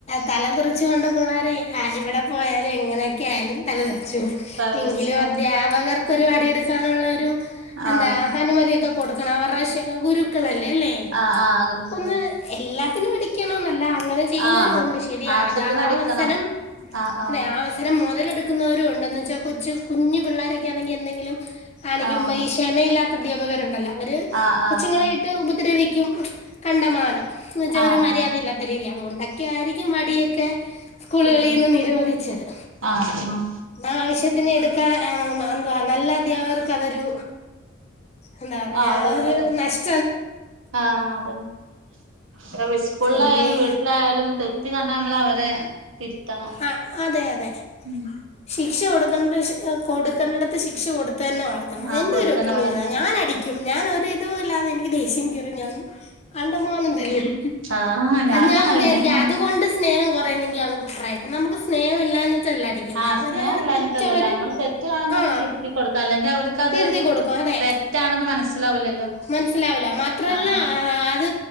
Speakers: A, on the left; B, on the right.
A: തലതെറിച്ചുകൊണ്ട് പിള്ളേരെ എവിടെ പോയാലും എങ്ങനെ എന്തൊക്കെയായാലും തല തെറിച്ചു പോവും
B: തലതെറിച്ചതും
A: എങ്കിലും അദ്ധ്യാപകർക്കൊരു പണിയെടുക്കാനുള്ള ഒരു എന്താ
B: ആഹ്
A: അനുമതിയൊക്കെ കൊടുക്കണം അവരുടെ ഗുരുക്കളല്ലേ അല്ലേ
B: ആഹ് ആഹ് കൊടുക്കൂലേ
A: ഒന്ന് എല്ലാത്തിനും അടിക്കണ എന്നല്ല അങ്ങനെ ചെയ്യുന്നവരുമുണ്ട്
B: ആഹ്
A: ശരിയാ
B: ആവശ്യത്തിന്
A: അതാ ആഹ്
B: അടിക്കണം
A: അവസരം
B: ആഹ് ആഹ്
A: അതെ ഇത് മുതലെടുക്കുന്നരും ഉണ്ടെന്ന് വെച്ചാൽ കൊച്ചു കുഞ്ഞു പിള്ളരൊക്കൊണെങ്കിൽ എന്തെങ്കിലും കാണിക്കുമ്പോ
B: ആഹ്
A: ക്ഷമയില്ലാത്ത അദ്ധ്യാപകരുണ്ടല്ലോ അവര്
B: ആഹ്
A: കൊച്ചുങ്ങളെയിട്ട്
B: ആഹ്
A: ഉപദ്രവിക്കും കണ്ടമാനം എന്ന വെച്ചാ
B: ആഹ്
A: ഒരു മര്യാദയില്ലാത്ത
B: ആഹ്
A: രീതി അതുകൊണ്ടൊക്കി ആയിരിക്കും മടിയൊക്കെ സ്കൂളുകളിൽന്ന്
B: കിട്ടണ
A: നിരോധിച്ചത്
B: ആഹ് ആഹ്
A: ആവശ്യത്തിന് എടുക്കാ ഏഹ് എന്തുവാ നല്ല അധ്യാകർക്ക് അതൊരു എന്താ പറയാ
B: ആഹ് അതൊക്കെ
A: ഒര് നഷ്
B: ആഹ് അതന്നെ സ്കൂളിലായാലും
A: എന്തെ
B: വീട്ടിലാ- എന്തായാലും തെറ്റ് കണ്ടാ നമ്മൾ അവരെ തിരുത്തണം
A: ആഹ് അതെ അതെ
B: ഉം
A: ശിക്ഷ കൊടുക്കണ്ട് കൊടുക്കേണ്ടട്ത്ത് ശിക്ഷ കൊടു തന്നെ വളർത്തണം
B: ആഹ്
A: എന്റെ
B: കൊടുത്തന്നെ
A: ഒരു ഒപ്പിനിയനാണ്
B: വളർത്തണം
A: ഞാനടിക്കും ഞാനൊരിതൂല്ലാതെ എനിക്ക് ദേഷ്യം കിർ ഞൻ കണ്ടമാനം തല്ലും.
B: ആഹ് ഞാനും
A: ഞാൻ
B: അങ്ങനെന്നെ
A: വിചാരിക്കും അത് കൊണ്ട് സ്നേഹം കുറുയു ന്നെങ്കിൽ കുറയട്ടെ നമക്ക് സ്നേ ഹം ഇല്ലാ ഞ്ഞി ട്ടല്ല അടിക്കുന്നെ
B: ആഹ്
A: അങ്ങനൊരുതെറ്റവര്
B: സ്നേഹം ഇല്ലാഞ്ഞിട്ടല്ലല്ലോ നമ്മൾ തെറ്റ് കാണുമ്പോ
A: ആ
B: ഒന്ന് തിരുത്തി കൊടുക്കാം അല്ലെങ്കിൽ അവർക്കത്
A: തിരുത്തി കൊടുക്കും അതെ
B: തെറ്റാണെന്ന് മനസ്സിലാവൂലല്ലോ
A: മനസിലായില്ല മാത്രമല്ല
B: ആഹ് ആഹ്
A: ആ അത്